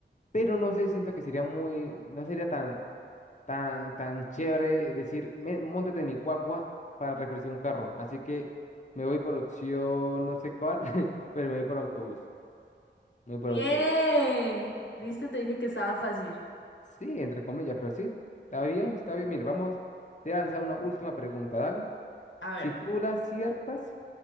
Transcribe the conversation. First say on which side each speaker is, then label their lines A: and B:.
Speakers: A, on the left; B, on the left.
A: Pero no sé, siento que sería muy, no sería tan tan, tan chévere decir, "Me- móntate en mi guagua para refrescar un carro. Así que me voy por opción no sé cuál, <laughs> pero me voy por autobús. Me voy por
B: Bien.
A: autobús.
B: ¿Viste?
A: Ay,
B: Te dije que estaba fácil.
A: Sí, entre comillas, pero sí, está bien, está bien. Mire, vamos, te voy a lanzar una última pregunta, dale.
B: A ver,
A: Si tú la aciertas,